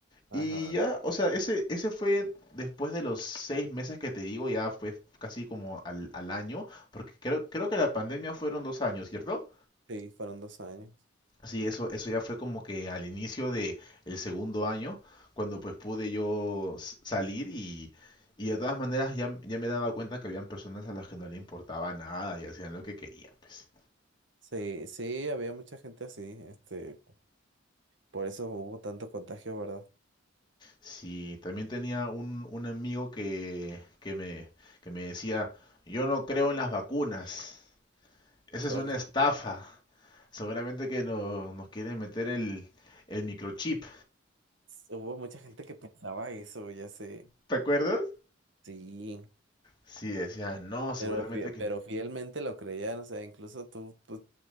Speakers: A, on the right; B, on the left.
A: Ajá.
B: Y ya, o sea, ese, ese fue después de los seis meses que te digo, ya fue casi como al, al año, porque creo, creo que la pandemia fueron dos años, ¿cierto?
A: Sí, fueron dos años.
B: Sí, eso, eso ya fue como que al inicio de el segundo año, cuando pues pude yo s- salir y, y de todas maneras ya, m- ya me daba cuenta que habían personas a las que no le importaba nada y hacían lo que querían, pues.
A: Sí, sí, había mucha gente así, este, por eso hubo tanto contagio, ¿verdad?
B: Sí, también tenía un, un amigo que, que me, que me decía, yo no creo en las vacunas, esa es
A: Ok,
B: una estafa, seguramente que no, nos quieren meter el, el microchip,
A: Hubo mucha gente que pensaba eso, ya sé,
B: ¿te acuerdas?
A: sí,
B: Sí, decía, no, seguramente
A: pero, fie-
B: que...
A: pero fielmente lo creían, o sea, incluso tú, pues,